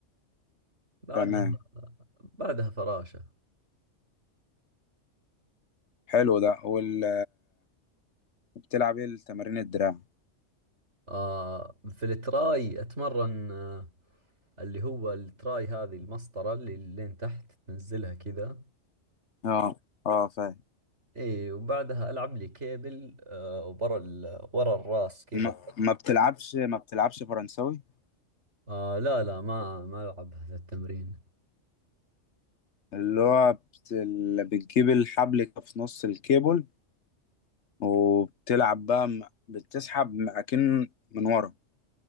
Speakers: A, on the right; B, on the left.
A: بعدها
B: تمام
A: بعدها فراشة
B: حلو ده وال بتلعب ايه التمارين الدراع
A: آه في التراي أتمرن آه اللي هو التراي هذه المسطرة اللي لين تحت تنزلها كذا
B: اه اه فاهم
A: اي وبعدها العب لي كيبل آه ورا ال... ورا الراس كذا
B: ما... ما بتلعبش ما بتلعبش فرنساوي
A: آه لا لا ما ما العب هذا التمرين
B: اللي هو بت... اللي بتجيب الحبل في نص الكيبل وبتلعب بقى م- بتسحب معاكين من ورا